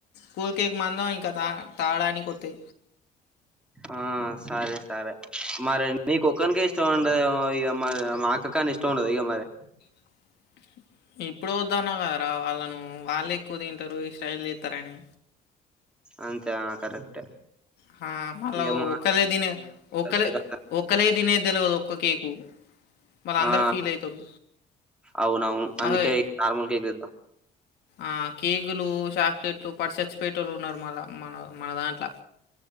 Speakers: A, on the left (about 75°); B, in the centre.
A: కూల్ కేక్ మందం ఇంకా తా తాగడానికి ఒత్తి
B: ఆ సరే సరే మరి నీ కొక్కనికే ఇష్టం ఉండే ఇక మరి మా అక్క కని ఇష్టం ఉండదు ఇగ మరి
A: సి ఇప్పుడు వద్దన్నా కదరా వాళ్ళను వాళ్ళు ఎక్కువ తింటరు ఈ స్టైల్ చేత్తరని
B: అంతే ఆ కరెక్టే
A: హా మళ్ళా
B: ఇగ మా
A: ఒకలే తినే ఒక్కలే
B: అంతే కదా
A: ఒకలే తినే తెల్వదు ఒక్క కేకు మళ్ళీ అందరూ
B: ఆ
A: ఫీల్ అవుతారు
B: అవును అవును అందుకే
A: అదే
B: ఇ నార్మల్ కేక్ తెద్దాం
A: ఆ కేకులు చాక్లెట్లు పడి సచ్చిపేటోళ్ళు ఉన్నారు మళ్ళ మన మన దాంట్ల